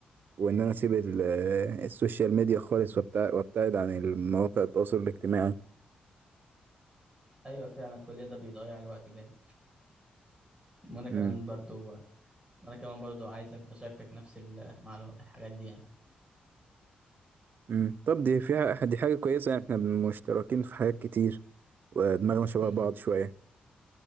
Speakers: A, on the right; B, on the right.
A: وان انا اسيب ال- السوشيال ميديا خالص وابتع- وابتعد عن المواقع التواصل الاجتماعي
B: أيوة فعلا كل ده بيضيع الوقت جامد وأنا كمان
A: امم
B: برضو وأنا كمان برضو عايزك بشاركك نفس المعلومات الحاجات دي يعني
A: امم طب دي فيها دي حاجة كويسة يعني احنا مشتركين في حاجات كتير ودماغنا شبه
B: مم.
A: بعض شوية